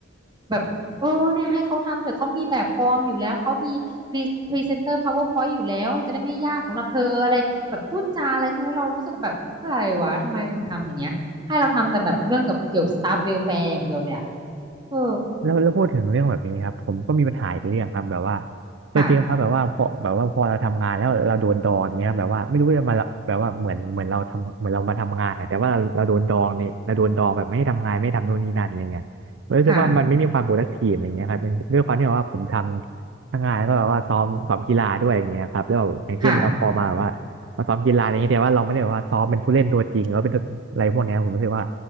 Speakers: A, on the right; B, on the right.
A: แบบเออเนี่ยให้เขาทำเถอะเขามีแบบฟอร์มอยู่แล้วเขามีพรีพรีเซนเตอร์ PowerPoint อยู่แล้วจะได้ไม่ยากสำหรับเธออะไรแบบพูดจาอะไรก็ไม่รู้เรารู้สึกแบบอะไรวะทำไมถึงทำอย่างเงี้ยให้เราทำแต่แบบเรื่องกับเกี่ยวสตาฟเวลแฟร์อย่างเดียวเลยอะเออ
B: แล้วแล้วพูดถึงเรื่องแบบนี้ครับผมก็มีปัญหาอีกเรื่องครับแบบว่าเคยเจอครับแบบว่าพอแบบว่าพอเราทำงานแล้วเราโดนดองอย่างเงี้ยครับแบบว่าไม่รู้จะมาแบบว่าเหมือนเหมือนเราทำเหมือนเรามาทำงานอะแต่ว่าเราเราโดนดองเนี่ยเราโดนดองแบบไม่ให้ทำงานไม่ทำโน่นนี่นั่นอะไรเงี้ยมรู้สึกว่ามันไม่มีความ
A: ค่ะค่ะ
B: productive อะไรเงี้ยครับมันด้วยความที่แบบว่าผมทำทั้งงานแล้วก็แบบว่าซ้อมซ้อมกีฬาด้วยอย่างเงี้ยครับแล้วอย่างเช่นเราพอมาแบบว่ามาซ้อมกีฬาอะไรเงี้ยแต่ว่าเราไม่ได้แบบว่าซ้อมเป็นผู้เล่นตัวจริงแล้วเป็นอะไรพวกเนี้ยผมรู้สึกว่า
A: ค่ะ